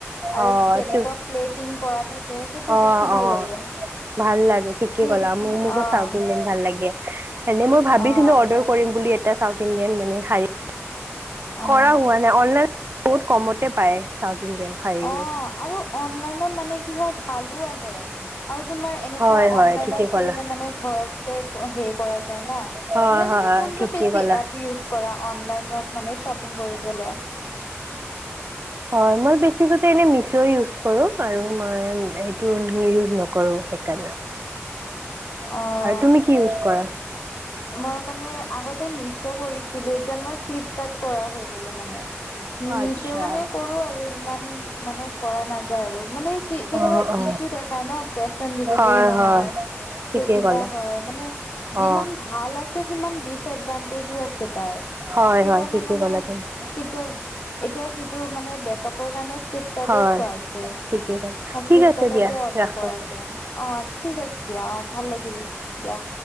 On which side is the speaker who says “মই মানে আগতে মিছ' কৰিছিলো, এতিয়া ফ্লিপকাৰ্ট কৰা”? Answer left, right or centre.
Left